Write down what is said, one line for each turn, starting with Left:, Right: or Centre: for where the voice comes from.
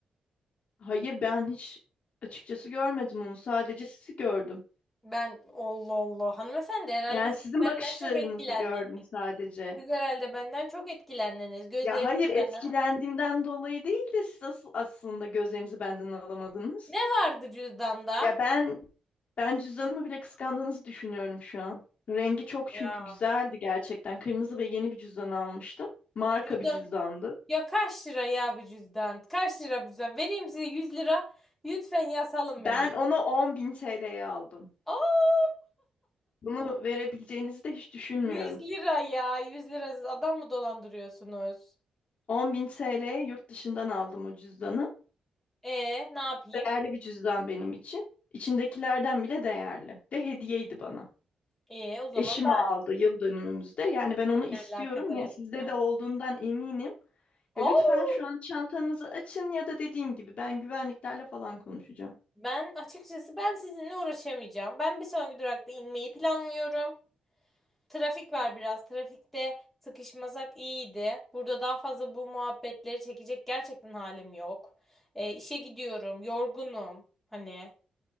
Left: Hayır, ben hiç açıkçası görmedim onu. Sadece sizi gördüm.
Centre: Ben Allah Allah hanımefendi herhalde
Left: Yani
Centre: siz
Left: sizin
Centre: benden
Left: bakışlarınızı
Centre: çok etkilendiniz.
Left: gördüm sadece.
Centre: Siz herhalde benden çok etkilendiniz. Gözleriniz
Left: Ya hayır etkilendiğimden
Centre: bana.
Left: dolayı değil de siz asıl aslında gözlerinizi benden alamadınız.
Centre: Ne vardı cüzdanda?
Left: Ya ben Ben cüzdanımı bile kıskandığınızı düşünüyorum şu an. Rengi çok
Centre: Ya.
Left: çünkü güzeldi gerçekten. Kırmızı ve yeni bir cüzdan almıştım. Marka
Centre: Cüzdan.
Left: bir cüzdandı.
Centre: Ya kaç lira ya bir cüzdan? Kaç lira bir cüzdan? Vereyim size 100 lira. Lütfen ya salın
Left: Ben
Centre: beni.
Left: onu 10.000 TL'ye aldım.
Centre: Aa,
Left: Bunu verebileceğinizi de hiç düşünmüyorum.
Centre: Yüz lira ya. 100 lira siz adam mı dolandırıyorsunuz?
Left: 10.000 TL'ye yurt dışından aldım o cüzdanı.
Centre: E ne yapayım?
Left: Değerli bir cüzdan benim için. İçindekilerden bile değerli. Ve hediyeydi bana.
Centre: E o zaman
Left: Eşim
Centre: daha
Left: aldı yıl dönümümüzde. Yani ben onu
Centre: ne
Left: istiyorum
Centre: alakadar
Left: ya
Centre: etmez.
Left: sizde de olduğundan eminim.
Centre: Oo,
Left: Ya lütfen şu an çantanızı açın ya da dediğim gibi ben güvenliklerle falan konuşacağım.
Centre: ben açıkçası ben sizinle uğraşamayacağım. Ben bir sonraki durakta inmeyi planlıyorum. Trafik var biraz. Trafikte sıkışmasak iyiydi. Burada daha fazla bu muhabbetleri çekecek gerçekten halim yok. E, işe gidiyorum. Yorgunum. Hani